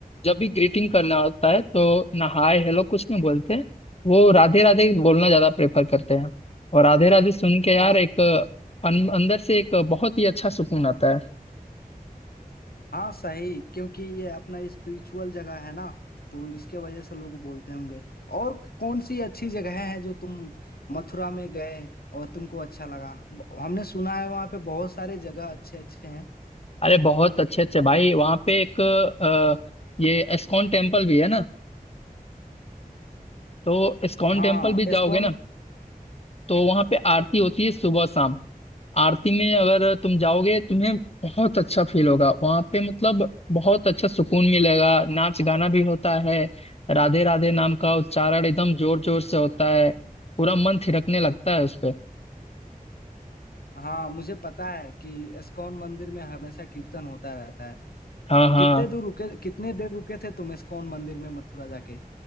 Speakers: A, on the left; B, on the left.
A: जब भी ग्रीटिंग करना होता है तो ना हाय हेलो कुछ नहीं बोलते हैं। वो राधे राधे बोलना ज्यादा प्रेफर करते हैं और राधे राधे सुन के यार
B: हाँ
A: एक अन- अंदर से एक बहुत ही अच्छा सुकून आता है
B: हाँ सही क्योंकि ये अपना स्पिरिचुअल जगह है ना तो इसके वजह से लोग बोलते होंगे और कौन सी अच्छी जगह है जो तुम मथुरा में गए और तुमको अच्छा लगा ब- हमने सुना है वहाँ पे बहुत सारे जगह अच्छे अच्छे हैं
A: अरे बहुत अच्छे अच्छे भाई वहाँ पे एक अ, ये एस्कॉन टेम्पल भी है ना तो इस्कॉन
B: हाँ
A: टेम्पल भी
B: इस्कॉन
A: जाओगे ना तो वहां पे आरती होती है सुबह शाम आरती में अगर तुम जाओगे तुम्हें बहुत अच्छा फील होगा वहां पे मतलब बहुत अच्छा सुकून मिलेगा नाच गाना भी होता है राधे राधे नाम का उच्चारण एकदम जोर जोर से होता है पूरा मन थिरकने लगता है उस पे
B: हाँ मुझे पता है कि इस्कॉन मंदिर में हमेशा कीर्तन होता रहता है
A: हाँ
B: तो कितने
A: हाँ
B: दूर रुके कितने देर रुके थे तुम इस्कॉन मंदिर में मथुरा जाके